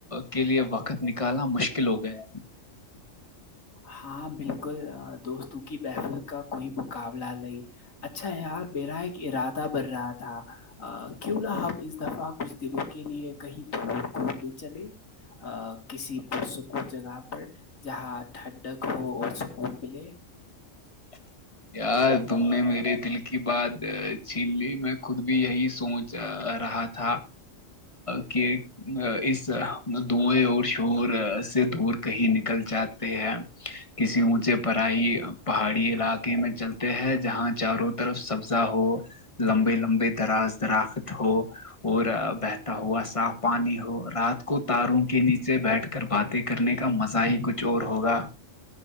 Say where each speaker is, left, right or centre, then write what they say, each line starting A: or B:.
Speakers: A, on the left; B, on the left.
A: کے لیئے وقت نکالنا مشکل ہو گیا
B: ہاں بالکل دوستوں کی بحثل کا کوئی مقابلہ نہیں اچھا یار میرا ایک ارادہ بن رہا تھا کیوں نہ ہمب اس دفعہ کچھ دنوں کے لیے کہیں دور کوٹنے چلے ا کسی پرسکو جگہ پر <unintelligible> جہاں ٹھڈگ ہو اور سکون ملے
A: ایک یار تم نے میرے دل کی بات چلی میں خود بھی یہی سوچ رہا تھا کہ اس دئیں اور شور سے کہیں نکل جاتے ہیں کسی اونچے پرائی پہاڑی علاقے ق میں چلتے ہے جہاں چاروں طرف سبزا ہو لمبے لمبے دراز دراخت ہو اور بہتا ہوا صاف پانی ہو رات کو تاروں کے نیچے بیٹھ کر باتیں کرنے کا مزہ ہی کچھ اور ہوگا